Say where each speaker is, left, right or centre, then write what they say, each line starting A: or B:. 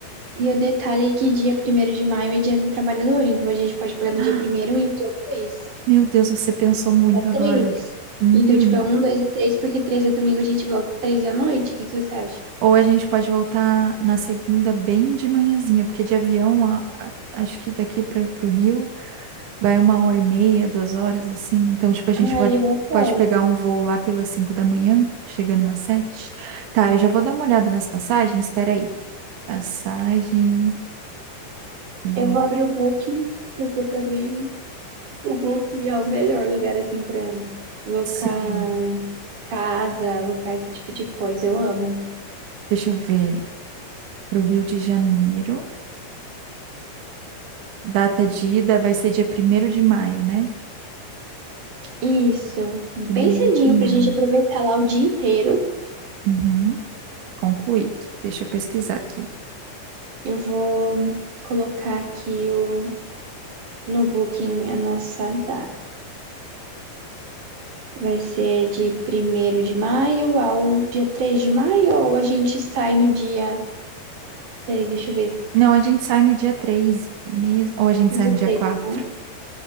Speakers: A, on the right; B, on the right.
A: e o detalhe é que dia primeiro de maio é dia do trabalhador, então a gente pode pegar no
B: Ah,
A: dia primeiro e o dia 2
B: Meu Deus, você pensou muito
A: dá
B: agora.
A: 3.
B: Uhum.
A: Então, tipo, é 1, 2 e três porque 3 é domingo, a gente volta 3 da noite. O que que você acha?
B: Ou a gente pode voltar na segunda bem de manhãzinha, porque de avião, a- a- acho que daqui para o Rio. Vai uma hora e meia, duas horas, assim. Então, tipo, a gente
A: Ai,
B: pode,
A: eu apoio.
B: pode pegar um voo lá pelas cinco da manhã, chegando umas sete. Tá, eu já vou dar uma olhada nas passagens. Espera aí. Passagem. vou-
A: Eu vou abrir o Booking, porque pra mim o Booking é o melhor lugar, assim, pra alocar
B: Sim.
A: casa, alocar esse tipo de coisa. Eu amo.
B: Deixa eu ver. Pro Rio de Janeiro. Data de ida vai ser dia primeiro de maio, né?
A: Isso, bem
B: Primeiro
A: cedinho
B: de maio.
A: pra gente aproveitar lá o dia inteiro.
B: Uhum. Concluído. Deixa eu pesquisar aqui.
A: Eu vou colocar aqui o, no Booking a nossa data. Vai ser de primeiro de maio ao dia 3 de maio, ou a gente sai no dia. Peraí, deixa eu ver.
B: Não, a gente sai no dia 3, mesmo. Ou a gente
A: No
B: sai
A: dia
B: no dia
A: 3,
B: 4.
A: não?